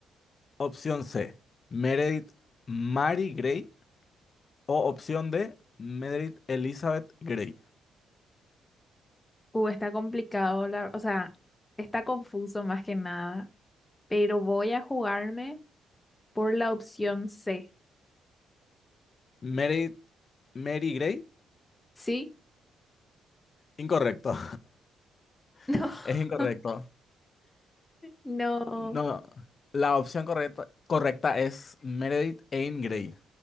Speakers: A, on the left; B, on the left.
A: Opción C, Meredith Mary Grey. O opción D, Meredith Elizabeth Grey.
B: Uh, está complicado, la- o sea, está confuso más que nada, pero voy a jugarme por la opción C,
A: Meredith Mary Grey.
B: ¿sí?
A: Incorrecto,
B: <laughs>
A: <laughs> es incorrecto.
B: No, no.
A: No, la opción correcta, correcta es Meredith Anne Grey.